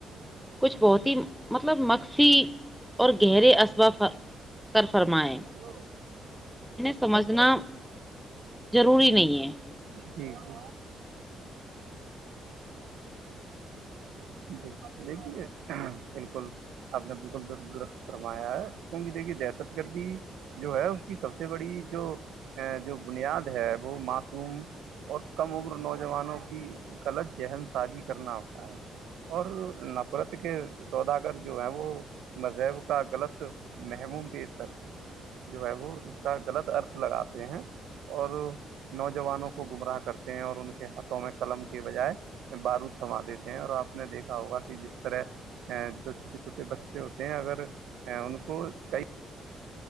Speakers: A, in the centre; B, on the right.
A: کچھ بہت ہی مطلب مکسی اور گہرے اسباب کر فرمائے
B: ہیلو
A: سمجھنا ضروری نہیں ہے
B: جی ج <inaudible> جی دیکھیے بالکل آپ نے بالکل درست درست فرمایا ہے کیونکہ دیکھیے دہشت گردی جو ہے اس کی سب سے بڑی جو جو بنیاد ہے وہ معصوم اور کم عمر نوجوانوں کی غلط ذہن سازی کرنا ہوتا ہے اور نفرت کے سوداگر جو ہے وہ مذہب کا غلط محموم پیش کرتے ہیں جو ہے وہ اس کا غلط ارتھ لگاتے ہیں اور نوجوانوں کو گمراہ کرتے ہیں اور ان کے ہاتھوں میں قلم کے بجائے بارود تھما دیتے ہیں اور آپ نے دیکھا ہوگا کہ جس طرح جو چھوٹے چھوٹے بچے ہوتے ہیں اگر ان کو کئی